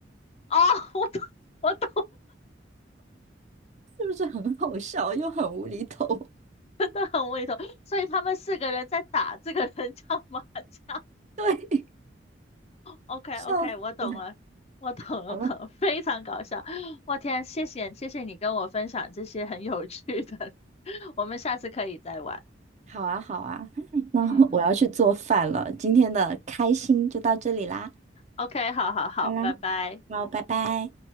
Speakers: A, on the left; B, on the right.
A: 哦，<laughs> 我懂，我懂
B: 是不是很好笑又很无厘头？<laughs>
A: 了，很胃头。所以他们四个人在打这个人叫麻将。
B: 对。
A: o k
B: 笑死了！
A: o k 我懂了，我懂了，
B: 好了，
A: 我懂了，非常搞笑。我天，谢谢谢谢你跟我分享这些很有趣的，<laughs> 我们下次可以再玩。
B: 好啊，好啊 <laughs>，那我要去做饭了。
A: 嗯嗯嗯
B: 今天的开心就到这里啦，
A: ，OK，好好好，
B: 好啦，
A: 拜拜。
B: 好，拜拜。